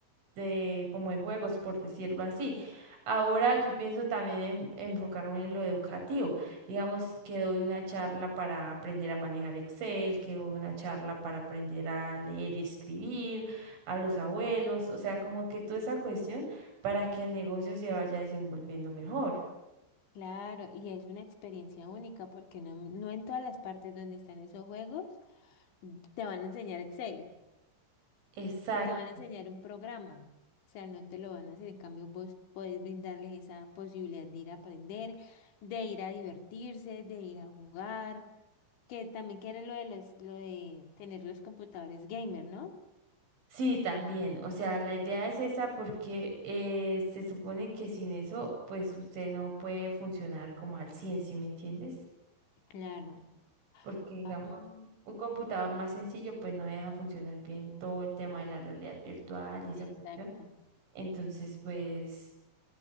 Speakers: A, on the right; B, on the left.
A: de, como de juegos, por decirlo así. Ahora yo pienso también en enfocarme en lo educativo. Digamos que doy una charla para aprender a manejar Excel, que doy una charla para aprender a leer y escribir, a los abuelos, o sea, como que toda esa cuestión para que el negocio se vaya desenvolviendo mejor.
B: Claro, y es una experiencia única porque no, no en todas las partes donde están esos juegos mm, te van a enseñar Excel
A: Exacto.
B: o te van a enseñar un programa. O sea, no te lo van a hacer. En cambio, vos podés brindarles esa posibilidad de ir a aprender, de ir a divertirse, de ir a jugar, que también quiere lo de los, lo de tener los computadores gamer, ¿no?
A: Sí, también. O sea, la idea
B: Es-
A: es esa porque eh, se supone que sin eso, pues usted no puede funcionar como al 100, ¿sí me entiendes?
B: Claro.
A: porque digamos,
B: Ah, ah.
A: un computador más sencillo pues no deja funcionar bien todo el tema de la realidad virtual y esa
B: exacto.
A: cuestión. Entonces, pues